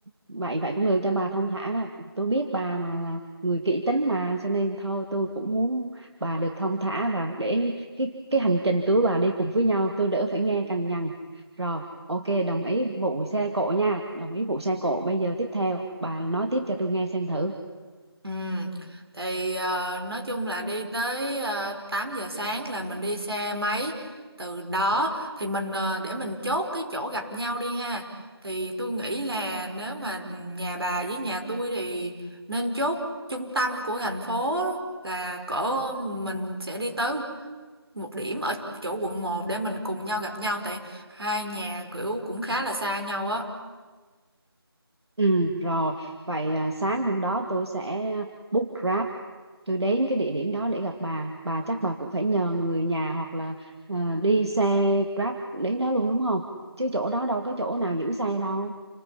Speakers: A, on the right; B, on the right.
A: vậy vậy cũng được cho bà thông thả đó tôi biết bà mà là người kỹ tính mà cho nên thôi tôi cũng muốn bà được thông thả và để cái cái hành trình tôi bà đi cùng với nhau tôi đỡ phải nghe cằn nhằn rồi ok đồng ý vụ xe cộ nha đồng ý vụ xe cộ bây giờ tiếp theo bà nói tiếp cho tôi nghe xem thử
B: Ừ, thì ờ, nói chung là đi tới ờ, 8 giờ sáng là mình đi xe máy từ đó thì mình ờ, để mình chốt cái chỗ gặp nhau đi ha thì tôi nghĩ là nếu mà nhà bà với nhà tôi thì nên chốt trung tâm của thành phố là cỡ mình sẽ đi tới một điểm ở chỗ quận một để mình cùng nhau gặp nhau tại hai nhà kiểu cũng khá là xa nhau á
A: Ừ, rồi vậy à, sáng hôm đó tôi sẽ à, book Grab tôi đến cái địa điểm đó để gặp bà bà chắc bà cũng phải nhờ người nhà hoặc là à, đi xe Grab đến đó luôn đúng không chứ chỗ đó đâu có chỗ nào giữ xe đâu